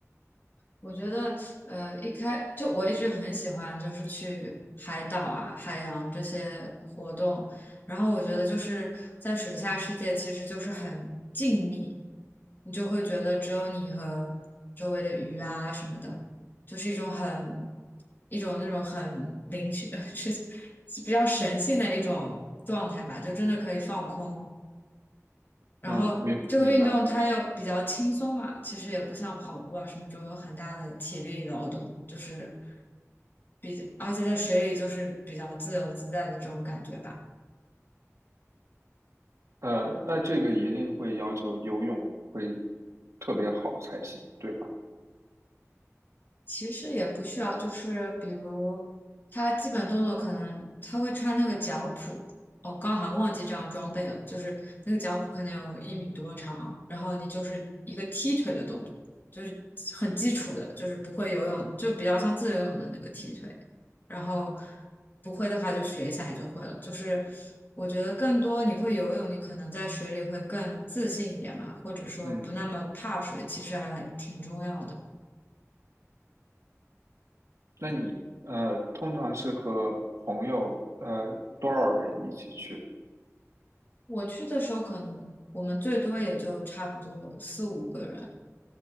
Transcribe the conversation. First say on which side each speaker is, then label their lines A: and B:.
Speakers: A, on the left (about 40°); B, on the right (about 65°).
A: 我觉得，呃，一开就我一直很喜欢，就是去海岛啊、海洋这些活动。然后我觉得就是在水下世界，其实就是很静谧，你就会觉得只有你和周围的鱼啊什么的，就是一种很一种那种很灵性，<laughs> 是比较神性的一种状态吧，就真的可以放空。然后这个运动它又比较轻松嘛，
B: 嗯，明明白。
A: 其实也不像跑步啊什么这种有很大的体力劳动，就是比较，而且在水里就是比较自由自在的这种感觉吧。
B: 呃，那这个一定会要求游泳会特别好才行，对吧？
A: 其实也不需要，就是比如他基本动作可能他会穿那个脚蹼，哦，刚好像忘记这样装备了，就是那个脚蹼可能有一米多长，然后你就是一个踢腿的动作，就是很基础的，就是不会游泳，就比较像自由泳的那个踢腿，然后不会的话就学一下也就会了，就是我觉得更多你会游泳，你可能在水里会更自信一点嘛，或者说不那么怕水，
B: 嗯，
A: 其实还挺重要的。就
B: 那你呃，通常是和朋友呃多少人一起去？
A: 我去的时候，可能我们最多也就差不多四五个人，